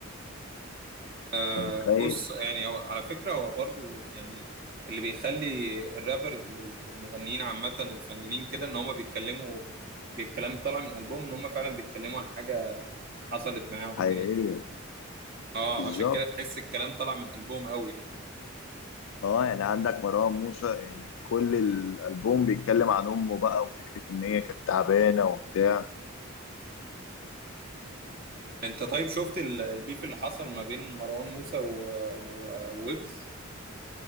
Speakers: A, on the right; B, on the left.
A: آه
B: انت متخيل
A: بص يعني هو على فكره هو برضو يعني اللي بيخلي الرابرز وال- والمغنيين عامه والفنانين كده ان هم بيتكلموا يعني بالكلام طالع من قلبهم ان هم فعلا بيتكلموا عن حاجه حصلت معاهم
B: حقيقية
A: يعني اه
B: بالظبط
A: عشان كده تحس الكلام طالع من قلبهم قوي يعني
B: اه يعني عندك مروان موسى يعني كل الالبوم بيتكلم عن امه بقى وفكرة ان هي كانت تعبانة وبتاع
A: انت طيب شفت ال- البيف اللي حصل ما بين مروان موسى و- و- وويجز